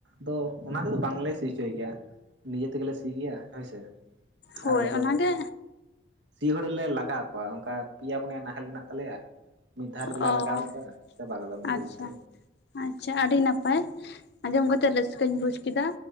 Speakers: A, on the right; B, on the left.
A: ᱫᱚ ᱚᱱᱟ ᱛᱮᱫᱚ ᱵᱟᱝᱞᱮ ᱥᱤ ᱚᱪᱚᱭ ᱜᱮᱭᱟ ᱱᱤᱡᱮ ᱛᱮᱜᱮᱞᱮ ᱥᱤ ᱜᱮᱭᱟ ᱦᱳᱭ ᱥᱮ ᱾
B: ᱦᱳᱭ
A: ᱟᱨ ᱟᱞᱮ ᱫᱚ
B: ᱚᱱᱟᱜᱮ
A: ᱥᱤ ᱦᱳᱲ ᱞᱮ ᱞᱟᱜᱟᱣ ᱠᱚᱣᱟ ᱚᱱᱠᱟ ᱯᱮᱭᱟ ᱯᱩᱱᱭᱟ ᱱᱟᱦᱮᱞ ᱢᱮᱱᱟᱜ ᱛᱟᱞᱮᱭᱟ᱾ ᱢᱤᱫ ᱫᱷᱟᱣ ᱨᱮ ᱜᱮᱞᱮ
B: ᱚ
A: ᱞᱟᱜᱟᱣᱼᱟ ᱪᱟᱵᱟ ᱜᱚᱫᱚᱜ ᱢᱤᱫ ᱜᱷᱟᱹᱲᱤᱡ
B: ᱟᱪᱪᱷᱟ
A: ᱛᱮ
B: ᱟᱪᱪᱷᱟ ᱟᱹᱰᱤ ᱱᱟᱯᱟᱭ ᱟᱸᱡᱚᱢ ᱠᱟᱛᱮᱜ ᱨᱟᱹᱥᱠᱟᱹᱧ ᱵᱩᱡ ᱠᱮᱫᱟ